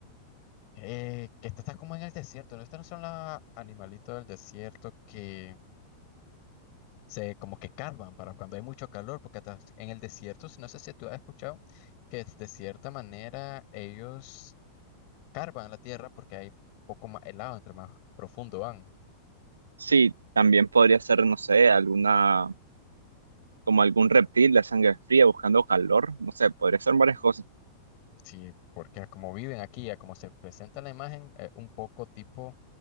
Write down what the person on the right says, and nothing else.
Sí, también podría ser, no sé, alguna, como algún reptil de sangre fría buscando calor. No sé, podría ser varias cosas.